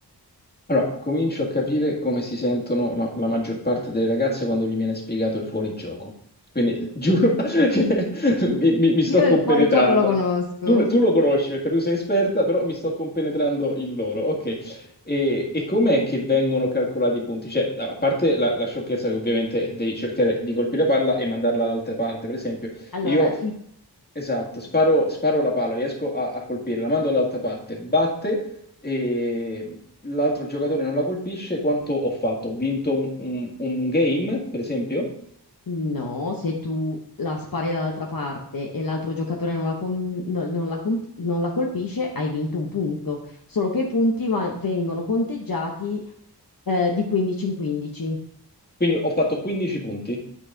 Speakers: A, on the left; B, on the left.
A: Allora, comincio a capire come si sentono la, la maggior parte delle ragazze quando gli viene spiegato il fuorigioco. Quindi eh, giuro <laughs> che mi, mi- mi sto
B: Io
A: compenetrando.
B: il fuorigioco lo conosco.
A: Tu, tu lo conosci perché tu sei esperta, però mi sto compenetrando in loro. Ok. E, e com'è che vengono calcolati i punti? Cioè, a a parte la, la sciocchezza che ovviamente devi cercare di colpire la palla e mandarla all'altra parte, per esempio,
B: Allora,
A: io
B: i-
A: Esatto, sparo, sparo la palla, riesco a, a colpirla, la mando all'altra parte, batte e l'altro giocatore non la colpisce, quanto ho fatto? Ho vinto un, un- un game, per esempio?
B: no, se tu la spari dall'altra parte e l'altro giocatore non la, com- no- non la com- non la colpisce, hai vinto un punto. Solo che i punti va- vengono conteggiati eh, di 15 in 15.
A: Quindi ho fatto 15 punti.